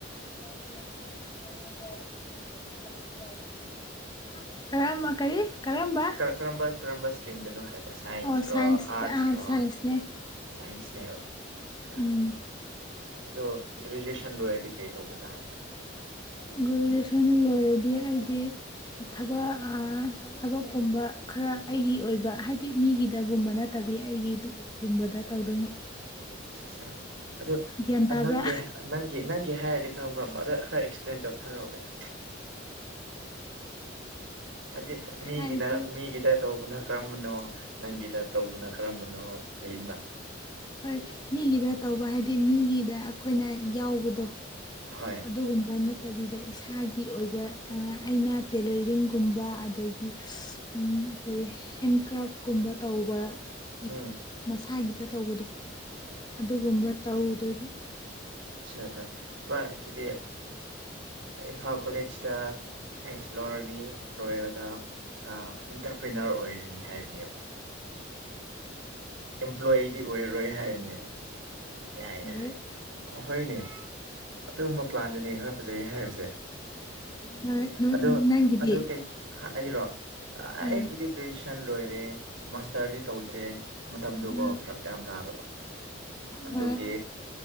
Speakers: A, on the left; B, on the right.
A: <unintelligible> ꯀꯔꯝꯕ ꯀꯔꯤ ꯀꯔꯝꯕ
B: ꯀꯔꯝꯕ ꯀꯔꯝꯕ ꯏꯁ꯭ꯇ꯭ꯔꯤꯗꯅꯣ ꯍꯥꯏꯕ ꯁꯥꯏꯟꯁꯔꯣ
A: ꯑꯣ ꯁꯥꯏ
B: ꯑꯥꯔꯠꯁꯔꯣ
A: ꯑ ꯁꯥꯏꯁꯅꯦ
B: ꯁꯥꯏꯟꯁꯅꯦꯕ ꯑ
A: ꯎꯝ
B: ꯑꯗꯣ ꯒ꯭ꯔꯦꯖꯨꯑꯦꯁꯟ ꯂꯣꯏꯔꯗꯤ ꯀꯩ ꯇꯧꯕ ꯇꯥꯔꯦ
A: ꯒ꯭ꯔꯦꯖꯨꯋꯦꯁꯟ ꯂꯣꯏꯔꯗꯤ ꯑꯩꯗꯤ ꯊꯕꯛ ꯊꯕꯛꯀꯨꯝꯕ ꯈꯔ ꯑꯩꯒꯤ ꯑꯣꯏꯕ ꯍꯥꯏ ꯃꯤ ꯃꯤꯒꯤꯗꯒꯨꯝꯕ ꯅꯠꯇꯕꯤ ꯑꯩꯒꯤꯗꯨꯒꯨꯝꯕꯗ ꯇꯧꯗꯣꯏꯅꯦ
B: ꯁꯤꯁꯦ ꯑꯗꯣ
A: ꯒ꯭ꯌꯥꯟ ꯇꯥꯕ꯭ꯔꯥ
B: ꯅꯪꯒꯤ ꯅꯪꯒꯤ ꯅꯪꯒꯤ ꯍꯥꯏꯔꯗꯤ ꯀꯔꯝ ꯀꯔꯝꯕ ꯑꯗꯣ ꯈꯔ ꯑꯦꯛꯁꯄ꯭ꯂꯦꯟ ꯇꯧꯊꯔꯛꯣ ꯀꯩꯅꯣ ꯍꯥꯏꯕꯗꯤ ꯃꯤꯒꯤꯅ
A: ꯍꯥꯏꯗꯤ
B: ꯃꯤꯒꯤꯗ ꯇꯧꯕꯅ ꯇꯝꯅꯣ ꯅꯪꯒꯤꯗ ꯇꯧꯕꯅ ꯀꯔꯝꯕꯅꯣ ꯂꯩꯗꯅ
A: ꯍ ꯍꯣꯏ ꯃꯤꯒꯤꯗ ꯇꯧꯕ ꯍꯥꯏꯗꯤ ꯃꯤꯒꯤꯗ ꯑꯩꯈꯣꯏꯅ ꯌꯥꯎꯕꯗꯣ
B: ꯍꯣꯏ
A: ꯑꯗꯨꯒꯨꯝꯕꯅ ꯅꯠꯇꯕꯤꯗ ꯏꯁꯥꯒꯤ ꯑꯣꯏꯕ ꯑꯩꯅ ꯇꯦꯂꯔꯤꯡꯒꯨꯝꯕ ꯑꯗꯒꯤ ꯎꯝ ꯀꯔꯤ ꯍꯦꯟꯀ꯭ꯔꯥꯐꯀꯨꯝꯕ ꯇꯧꯕ ꯏ
B: ꯎꯝ
A: ꯃꯁ ꯍꯥꯏꯒꯤ ꯈꯤꯇ ꯇꯧꯕꯗꯣ ꯑꯗꯨꯒꯨꯝꯕ ꯇꯎꯗ ꯎ
B: ꯑꯆꯥꯆꯥ ꯄ ꯑꯗꯨꯗꯤ ꯏꯝꯐꯥꯜ ꯀꯣꯂꯦꯖꯇ ꯑ ꯁꯥꯏꯟꯁ ꯂꯧꯔꯅꯤ ꯂꯣꯏꯔꯒ ꯏꯟꯇꯔꯄ꯭ꯔꯤꯅꯔ ꯑꯣꯏꯔꯅꯤ ꯍꯥꯏꯕꯅꯦꯕ ꯑꯝꯄ꯭ꯂꯣꯏꯌꯤꯗꯤ ꯑꯣꯏꯔꯔꯣꯏ ꯍꯥꯏꯕꯅꯦꯕ ꯌꯥꯏ ꯌꯥꯏ
A: ꯍꯣꯏ
B: ꯍꯅꯦ ꯑꯗꯨꯒꯨꯝꯕ ꯄ꯭ꯂꯥꯟꯗꯨꯅꯦ ꯈꯔ ꯐꯖꯩ ꯍꯥꯏꯕꯁꯦ
A: ꯍꯣꯏ ꯅꯣꯏ
B: ꯑꯗꯣ
A: ꯅꯪꯒꯤꯗꯤ
B: ꯑꯗꯨ ꯀꯩ ꯑꯩꯔꯣ ꯑꯩꯕꯨꯗꯤ
A: ꯑꯥ
B: ꯭ꯔꯦꯖꯨꯋꯌꯦꯁꯟ ꯂꯣꯏꯔꯦ ꯃꯥꯁꯇꯔꯗꯤ ꯇꯧꯗ꯭ꯔꯦ ꯃꯇꯝꯗꯨꯒꯣ
A: ꯎꯝ
B: ꯐꯔꯛ ꯌꯥꯝ ꯇꯥꯔꯕ ꯑꯗꯨꯒꯤ
A: ꯍꯣꯏ